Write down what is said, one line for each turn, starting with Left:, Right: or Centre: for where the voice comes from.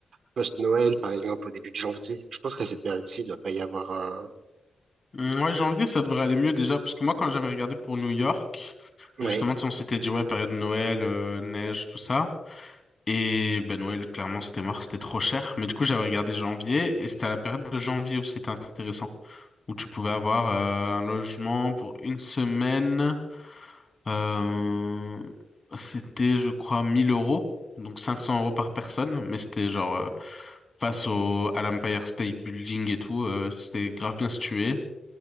Right: post-Noël, par exemple, au début de janvier. Je pense qu'à cette période-ci, il doit pas y avoir. euh,
Left: Mm, Ouais, janvier, ça devrait aller mieux déjà, parce que moi, quand j'avais regardé pour New York,
Right: Ouais.
Left: justement, tu sais, on s'était dit, ouais, période de Noël, euh, neige, tout ça. Et ben Noël, clairement, c'était mort, c'était trop cher. Mais du coup, j'avais regardé janvier, et c'était à la période de janvier où c'était intéressant, où tu pouvais avoir euh, un logement pour une semaine. euh, c'était, je crois, 1000 euros, donc 500 euros par personne, mais c'était genre... euh, Face au, à l'Empire State Building et tout, euh, c'était grave bien situé.